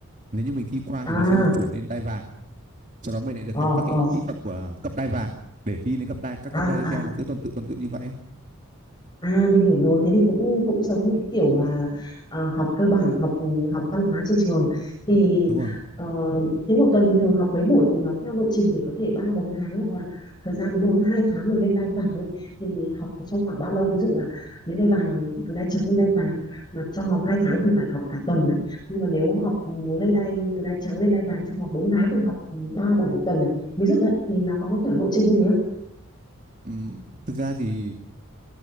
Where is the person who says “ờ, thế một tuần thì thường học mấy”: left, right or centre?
Left